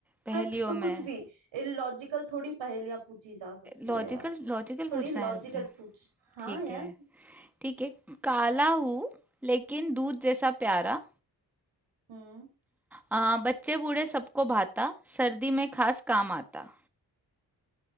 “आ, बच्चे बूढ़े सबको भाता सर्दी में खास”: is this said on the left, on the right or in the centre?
Centre